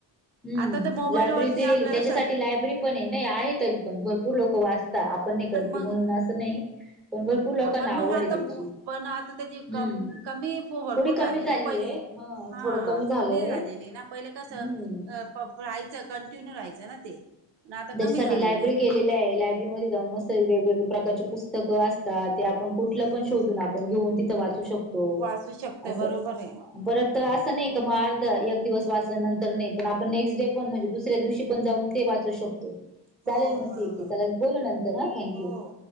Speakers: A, in the centre; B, on the right.
A: हम्म
B: आता तर मोबाईल
A: लायब्ररी
B: वरती
A: जलेली
B: आपल्याला
A: त्याच्यासाठी
B: स
A: लायब्ररी पण नाही आहे तरी पण भरपूर लोक वाचतात आपण नाही करते
B: मग
A: म्हणून असं नाही पण भरपूर लोकांना
B: हा पण
A: आवड
B: मग आता
A: आहे त्याची
B: पण आता त्याची
A: हम्म
B: क कमी भरपूर
A: थोडी
B: झाली
A: कमी झालीय
B: ना पहिले हा
A: थोडं झालंय
B: कमी झालेली ना पहिलं
A: हम्म
B: कस अ राहायचं कंटिन्यू राहायचं ना ते पण आता
A: त्याच्यासाठी
B: कमी झालेले
A: लायब्ररी के लायब्ररीमध्येध्ये जाऊन मस्त वेगवेगळ प्रकारचे पुस्तकं असतात ते आपण
B: हम्म
A: कुठलं पण शोधूो आपण घेऊन तिथं वाचू शकतो
B: वाचू शकते
A: अस
B: बरोबर आहे
A: परत तर असं नाही का मग अर्ध एक दिवस वाचल्यानंतर नाही पण आपण नेक्स्ट डे पण म्हणजे दुसऱ्या दिवशी पण जाऊन ते वाचू शकतो
B: हो
A: चालेल मग
B: बरोबर
A: ठीक आहे चाल बोल नंतर हा थँक
B: हो
A: यू